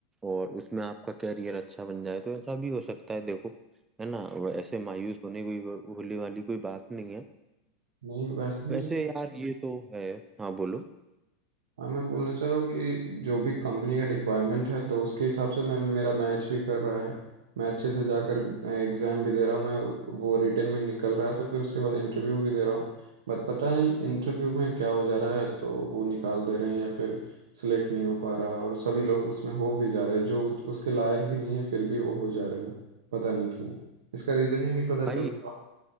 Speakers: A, on the right; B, on the right.
A: और उसमें आपका कैरियर अच्छा बन जाए तो ऐसा भी हो सकता है देखो है ना वो ऐसे मायूस होने कोई होने वाली कोई बात नहीं है
B: नहीं वैसे ही
A: वैसे
B: ना।
A: यार ये तो है हाँ बोलो
B: हाँ मैं बोलना चाह रहा हूँ कि जो भी कंपनी का रिक्वायरमेंट है तो उसके हिसाब से मैं मेरा मैच भी कर रहा है मैं अच्छे से जाकर एग्ज़ाम भी दे रहा हूँ मैं वो रिटर्न में निकल रहा है तो फिर उसके बाद इंटरव्यू भी दे रहा हूँ बट पता नहीं इंटरव्यू में क्या हो जा रहा है तो वो निकाल दे रहे हैं या फिर सिलेक्ट नहीं हो पा रहा और सभी लोग उसमें हो भी जा रहे हैं जो उसके लायक भी नहीं है फिर भी वो हो जा रहे हैं पता नहीं क्यों इसका रीज़न ही नहीं पता चल
A: भाई
B: रहा